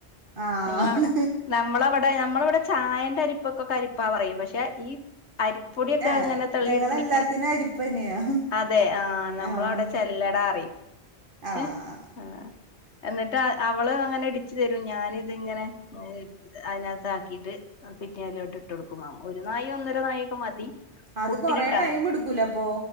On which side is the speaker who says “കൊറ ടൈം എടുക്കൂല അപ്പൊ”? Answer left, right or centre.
Right